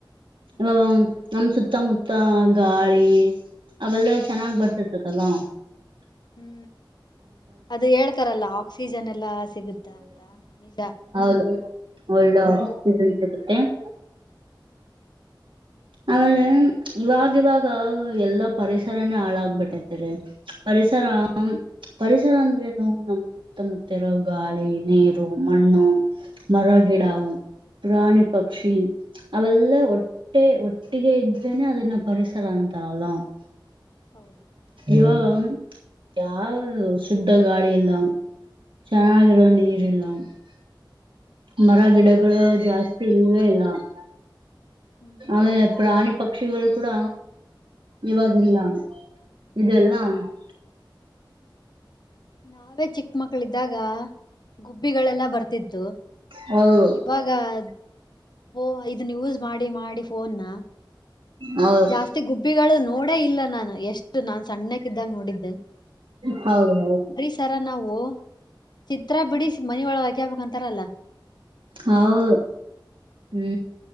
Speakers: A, on the left; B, on the right.
A: ಹ್ಮ್
B: ಯವ್ವ. <unintelligible> ನಮ್ಮ ಸುತ್ತಮುತ್ತ ಗಾಳಿ ಅವೆಲ್ಲ ಚೆನ್ನಾಗ್ ಬರ್ತಿತ ಅಲ್ಲಾ. <unintelligible>
A: ಹೂ ಅದು ಹೇಳ್ತಾರಲ್ಲ ಆಕ್ಸಿಜನ್ ಎಲ್ಲಾ ಸಿಗುತ್ತ ಅಂತ ನಿಜಾ. <unintelligible>
B: ಹೌದು ಒಳ್ಳೂ ಆಕ್ಸಿಜನ್ ಸಿಗುತ್ತೆ. <inaudible> ಆಮೇಲೆ ಇವಾಗ ಇವಾಗ ಎಲ್ಲಾ ಪರಿಸರನೇ ಹಾಳಾಗಬಿಟ್ಟೈತಿರಿ. <unintelligible> ಪರಿಸರಾ - <unintelligible> ಪರಿಸರ ಅಂದರೇ ಏನು ನಮ್ಮ ಸುತ್ತಮುತ್ತ ಇರೋ ಗಾಳಿ ನೀರು ಮಣ್ಣು <unintelligible> ಮರಗಿಡಾ ಪ್ರಾಣಿ ಪಕ್ಷಿ
A: ಹ್ಮ್
B: ಅವೆಲ್ಲ ಒಟ್ಟೆ ಒ <unintelligible> ಒಟ್ಟಿಗೆ ಇದ್ರೇನೆ ಅದನ್ನ ಪರಿಸರ ಅಂತಾರಲ್ಲ. <unintelligible>
A: ಹೌದು. <unintelligible>
B: ಇವಾಗ ಯಾವ ಶುದ್ಧ ಗಾಳಿ ಇಲ್ಲ. <unintelligible> ಚೆನ್ನಾಗಿರೋ ನೀರ ಇಲ್ಲ. <unintelligible> ಮರ ಗಿಡಗಳು ಜಾಸ್ತಿ ಇಲ್ವೇ ಇಲ್ಲ. <unintelligible>
A: ಹ್ಮ್
B: ಆಮೇಲೆ ಪ್ರಾಣಿ ಪಕ್ಷಿಗಳು ಕೂಡ ಇವಾಗ ಇಲ್ಲ. <unintelligible> ಇದೆಲ್ಲಾ.
A: ಹೌದು
B: <unintelligible>
A: ನಾವೇ ಚಿಕ್ಕ ಮಕ್ಕಳ ಇದ್ದಾಗ ಗುಬ್ಬಿಗಳೆಲ್ಲ ಬರ್ತಿತ್ತು
B: ಹೌದು
A: ಇವಾಗ <unintelligible> ಗಾ ಪೋ ಇದನ್ನ ಯೂಸ್ ಮಾಡಿ ಮಾಡಿ ಫೋನ್ ನಾ. <unintelligible>
B: ಹೌದು
A: ಜಾಸ್ತಿ ಗುಬ್ಬಿಗಳು ನೋಡೇ ಇಲ್ಲ ನಾನ ಎಷ್ಟು ನಾನ್ ಸಣ್ಣಕ್ಕಿ ಇದ್ದಾಗ ನೋಡಿದ್ದೆ. <unintelligible>
B: ಹೌದ ಹೌದು. <unintelligible>
A: ಒಂತರಾ ನಾವು ಚಿತ್ರ ಬಿಡಿಸಿ ಮನಿ ಒಳಗ ಹಾಕೇ ಬೇಕಂತರಲ್ಲ. <unintelligible>
B: ಹೌದು ಹೂ